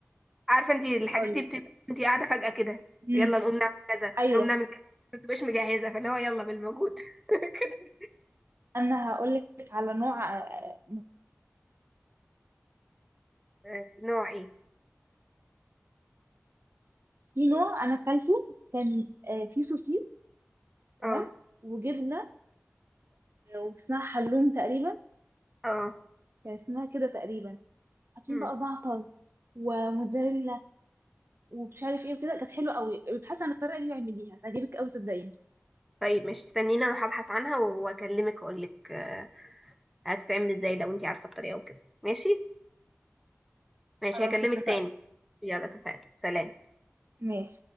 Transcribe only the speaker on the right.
هقول
لك
امم
ايوه
انا هقول لك على نوع آه،
في نوع انا اكلته كان آه، فيه سوسيس تمام
وجبنه آه، واسمها حلوم تقريبا
كان اسمها كده تقريبا حاطين
بقى زعتر وموتزاريلا ومش عارف ايه وكده كانت حلوه قوي ابحثي عن الطريقه دي واعمليها تعجبك قوي صدقيني
خلاص
اتفقنا
ماشي